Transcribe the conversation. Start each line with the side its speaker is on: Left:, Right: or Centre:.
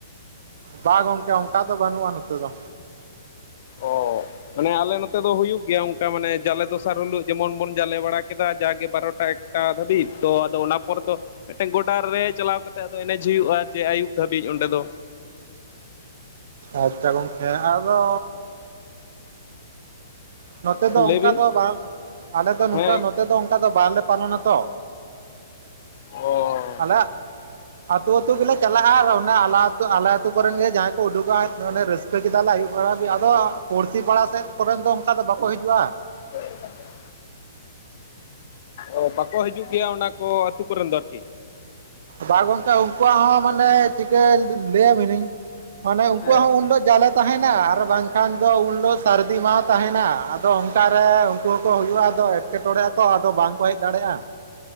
Right: ᱵᱟ ᱜᱚᱢᱠᱮ ᱚᱱᱠᱟ ᱫᱚ ᱵᱟᱹᱱᱩᱜᱼᱟ ᱱᱚᱛᱮ ᱫᱚ᱾
Left: ᱚᱸ ᱢᱟᱱᱮ ᱟᱞᱮ ᱱᱚᱛᱮ ᱫᱚ ᱦᱩᱭᱩᱜ ᱜᱮᱭᱟ ᱚᱱᱠᱟ ᱢᱟᱱᱮ ᱡᱟᱞᱮ ᱫᱚᱥᱟᱨ ᱦᱤᱞᱳᱜ ᱡᱮᱢᱚᱱ ᱵᱚᱱ ᱡᱟᱞᱮ ᱵᱟᱲᱟ ᱠᱮᱫᱟ ᱡᱟᱜᱮ ᱵᱟᱨᱚ ᱮᱠᱴᱟ ᱫᱷᱟᱵᱤᱡ᱾ ᱛᱚ ᱟᱫᱚ ᱚᱱᱟ ᱯᱚᱨᱮ ᱫᱚ ᱢᱤᱫᱴᱮᱱ ᱜᱚᱰᱟ ᱨᱮ ᱪᱟᱞᱟᱣ ᱠᱟᱛᱮᱜ ᱟᱫᱚ ᱮᱱᱮᱡ ᱦᱩᱭᱩᱜᱼᱟ ᱡᱮ ᱟᱹᱭᱩᱵ ᱫᱷᱟᱹᱵᱤᱡ ᱚᱱᱰᱮ ᱫᱚ᱾
Right: ᱟᱪᱪᱷᱟ ᱜᱚᱢᱠᱮ ᱟᱫᱚ ᱱᱚᱛᱮ ᱫᱚ
Left: ᱞᱟᱹᱭ
Right: ᱚᱱᱠᱟ
Left: ᱵᱤᱱ
Right: ᱫᱚ ᱵᱟᱝ ᱟᱞᱮ ᱫᱚ ᱱᱚᱝᱠᱟ
Left: ᱦᱮᱸ
Right: ᱱᱚᱛᱮ ᱫᱚ ᱚᱱᱠᱟ ᱫᱚ ᱵᱟᱞᱮ ᱯᱟᱞᱚᱱᱟᱛᱚ᱾
Left: ᱚ
Right: ᱟᱞᱮᱜ ᱟᱹᱛᱩ ᱟᱹᱛᱩ ᱜᱮᱞᱮ ᱪᱟᱞᱟᱜᱼᱟ ᱟᱨ ᱚᱱᱟ ᱟᱞᱮ ᱟᱹᱛᱩ ᱟᱞᱮ ᱟᱹᱛᱩ ᱠᱚᱨᱮᱱ ᱜᱮ ᱡᱟᱦᱟᱸ, ᱠᱚ ᱩᱰᱩᱠᱚᱜ-ᱟ ᱚᱱᱮ ᱨᱟᱹᱥᱟᱹ, ᱯᱤᱴᱷᱟᱹ ᱠᱮᱫᱟᱞᱮ ᱟᱹᱭᱩᱵ ᱵᱮᱲᱟ ᱦᱟᱵᱤᱡ ᱟᱫᱚ ᱯᱩᱲᱥᱤ ᱯᱟᱲᱟ ᱥᱮᱫ ᱠᱚᱨᱮᱱ ᱫᱚ ᱚᱱᱠᱟ ᱫᱚ ᱵᱟᱠᱚ ᱦᱤᱡᱩᱜᱼᱟ᱾
Left: ᱦᱳᱭ ᱛᱟᱦᱞᱮ ᱚ ᱵᱟᱠᱚ ᱦᱤᱡᱩᱜ ᱜᱮᱭᱟ ᱚᱱᱟ ᱠᱚ ᱟᱹᱛᱩ ᱠᱚᱨᱮᱱ ᱫᱚ ᱟᱨᱠᱤ᱾
Right: ᱵᱟ ᱜᱚᱢᱠᱮ ᱩᱱᱠᱩᱣᱟᱜ ᱦᱚᱸ ᱢᱟᱱᱮ ᱪᱤᱠᱟᱹ ᱞᱟᱹᱭᱟ ᱵᱤᱱᱟᱹᱧ ᱢᱟᱱᱮ ᱩᱱᱠᱩ
Left: ᱦᱮᱸ
Right: ᱭᱟᱜ ᱦᱚᱸ ᱩᱱ ᱦᱤᱞᱳᱜ ᱡᱟᱞᱮ ᱛᱟᱦᱮᱱᱟ ᱟᱨ ᱵᱟᱝᱠᱷᱟᱱ ᱫᱚ ᱩᱱ ᱦᱤᱞᱳᱜ ᱥᱟᱹᱨᱫᱤ ᱢᱟᱦᱟ ᱛᱟᱦᱮᱱᱟ ᱟᱫᱚ ᱚᱱᱠᱟ ᱨᱮ ᱩᱱᱠᱩ ᱦᱚᱸᱠᱚ ᱦᱩᱭᱩᱜᱼᱟ ᱟᱫᱚ ᱮᱸᱴᱠᱮᱴᱚᱬᱮᱜ ᱟᱠᱚ ᱟᱫᱚ ᱵᱟᱝ ᱠᱚ ᱦᱮᱡ ᱫᱟᱲᱮᱜᱼᱟ᱾